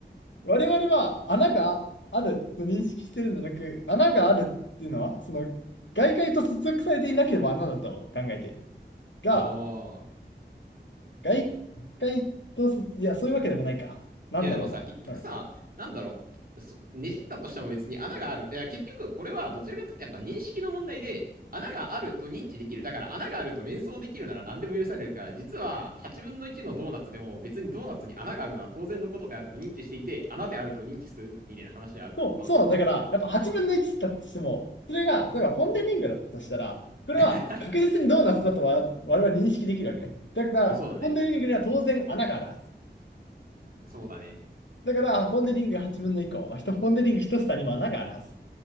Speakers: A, on the left; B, on the right.
A: 我々は穴があると認識してるんじゃなく、穴があるっていうのは、その、外界と接続されていなければ穴だと考えている。が、
B: ああ。
A: 外界と接、いや、そういうわけでもないか。なんだろうな。
B: いや、でもさ、結局さ、
A: うん
B: なんだろう。そねじったとしても別に穴がある。いや、結局これはどちらかというとやっぱ認識の問題で、穴があると認知できる。だから穴があると連想できるなら何でも許されるから、実は8分の1のドーナツでも別にドーナツに穴があるのは当然のことであると認知していて、穴であると認知するみたいな話であるかもしれない。
A: そう、そうなんだから、やっぱ8分の1だとしても、それが、例えばポンデリングだったとしたら、これは確実にドーナツだとわ我々認識できるわけ。
B: <laughs>
A: だから、
B: うんそうだね。
A: ポンデリングには当然穴があるはず。
B: そうだね。
A: だから、ポンデリング8分の1個、まあ、ひとポンデリング1房にも穴があるはず。